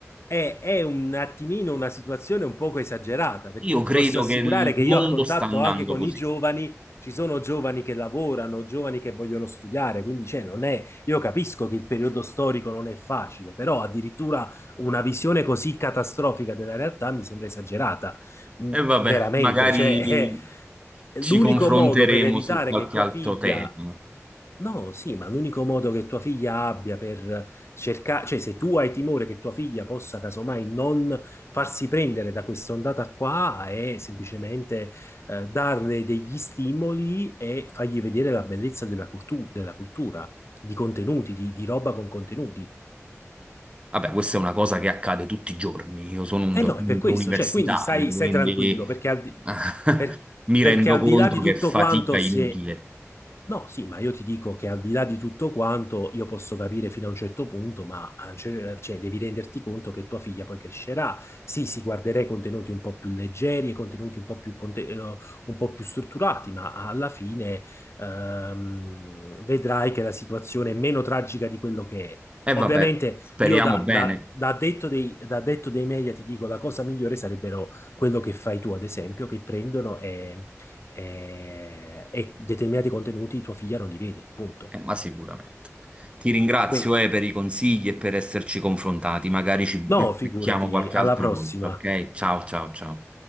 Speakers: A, on the left (about 55°); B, on the right (about 20°).
A: è, è un attimino una situazione un poco esagerata, perché
B: Io credo
A: ti posso assicurare
B: che il
A: che
B: mondo
A: io a contatto
B: sta andando
A: anche con
B: così.
A: i giovani, ci sono giovani che lavorano, giovani che vogliono studiare, quindi cioè, non è, io capisco che il periodo storico non è facile, però addirittura una visione così catastrofica della realtà mi sembra esagerata mh,
B: E vabbè,
A: veramente,
B: magari
A: cioè, <laughs> è
B: ci
A: l'unico
B: confronteremo
A: modo per evitare
B: su qualche
A: che tua
B: altro
A: figlia...
B: tema.
A: No, sì, ma l'unico modo che tua figlia abbia per cercare, cioè se tu hai timore che tua figlia possa casomai non farsi prendere da questa ondata qua, è semplicemente eh, darle degli stimoli e fargli vedere la bellezza della, cultu- della cultura, di contenuti, di, di roba con contenuti.
B: Vabbè, questa è una cosa che accade tutti i giorni. Io sono un
A: Eh
B: docente
A: no, è per questo,
B: universitario,
A: cioè, quindi stai,
B: quindi
A: stai tranquillo, perché al di,
B: <laughs>
A: per-
B: mi
A: perché
B: rendo
A: al
B: conto
A: di là di tutto
B: che fatica
A: quanto,
B: è
A: se...
B: inutile.
A: No, sì, ma io ti dico che al di là di tutto quanto io posso capire fino a un certo punto, ma a un cer- cioè, devi renderti conto che tua figlia poi crescerà. Sì, si guarderei contenuti un po' più leggeri e contenuti un po' più, conte- eh, un po' più strutturati, ma alla fine ehm, vedrai che la situazione è meno tragica di quello che è.
B: E
A: Ovviamente
B: vabbè, speriamo
A: io da,
B: bene,
A: da, da addetto dei, da addetto dei media ti dico la cosa migliore sarebbero quello che fai tu, ad esempio, che prendono e, e- e determinati contenuti tua figlia non li vede, punto.
B: eh, ma sicuramente. Ti ringrazio,
A: Wait,
B: eh, per i consigli e per esserci confrontati. Magari ci becchiamo
A: No, figurati,
B: qualche
A: alla
B: altra
A: prossima.
B: volta, ok? Ciao, ciao, ciao.